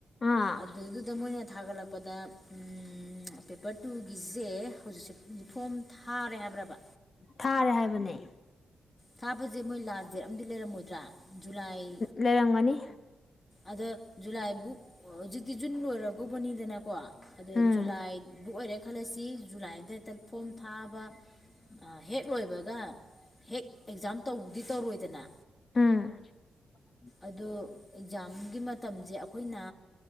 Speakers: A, on the left; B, on the left.
A: ꯑꯥ
B: ꯑꯗꯩꯗꯨꯗ ꯃꯣꯏꯅ ꯊꯥꯒꯠꯂꯛꯄꯗ ꯎꯝ ꯄꯦꯄꯔ ꯇꯨꯒꯤꯖꯦ ꯍꯧꯖꯤꯛꯁꯦ ꯐꯣꯝ ꯊꯥꯔꯦ ꯍꯥꯏꯕ꯭ꯔꯕ
A: ꯊꯥꯔꯦ ꯍꯥꯏꯕꯅꯦ
B: ꯊꯥꯕꯖꯦ ꯃꯣꯏ ꯂꯥꯁ ꯗꯦꯠ ꯑꯃꯗꯤ ꯂꯩꯔꯝꯃꯣꯏꯗ꯭ꯔꯥ ꯖꯨꯂꯥꯏ
A: ꯂꯩꯔꯝꯒꯅꯤ
B: ꯑꯗ ꯖꯨꯂꯥꯏꯕꯨꯛ ꯍꯧꯖꯤꯛꯇꯤ ꯖꯨꯟ ꯂꯣꯏꯔ ꯕꯧꯕꯅꯤꯗꯅꯀꯣ ꯑꯗꯨ
A: ꯎꯝ
B: ꯖꯨꯂꯥꯏꯕꯨꯛ ꯑꯣꯏꯔꯦ ꯈꯜꯂꯁꯤ ꯖꯨꯂꯥꯏꯗ ꯍꯦꯛꯇ ꯐꯣꯝ ꯊꯥꯕ ꯑꯥ ꯍꯦꯛ ꯂꯣꯏꯕꯒ ꯍꯦꯛ ꯑꯦꯛꯖꯥꯝ ꯇꯧꯗꯤ ꯇꯧꯔꯣꯏꯗꯅ
A: <unintelligible>
B: ꯑꯗꯣ ꯑꯦꯛꯖꯥꯝꯒꯤ ꯃꯠ ꯇꯝꯖꯦ ꯑꯈꯣꯏꯅ